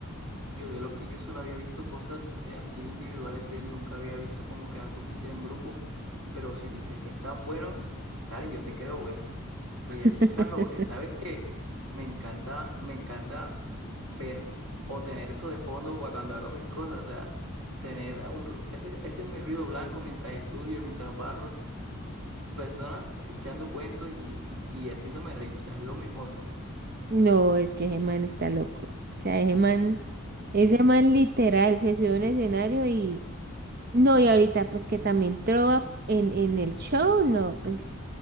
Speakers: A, on the right; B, on the right.
A: yo de lo que yo solo había visto cosas eh, así individuales de él, nunca había visto como que algo que hiciera en grupo. Pero si dices que es tan bueno, Karen, yo te creo, wea. Voy a
B: <laughs>
A: checarlo porque sabes que me encanta, me encanta ver o tener eso de fondo para cuando hago mis cosas, o sea, tener un, ru- ese, ese es mi ruido blanco mientras estudio, mientras barro, personas echando cuentos y, y, y haciéndome reír, o sea, es lo mejor.
B: No, es que ese man está loco. O sea, ese man, ese man literal se subió a un escenario y No, y ahorita pues que también Trova en, en el show, no, pues,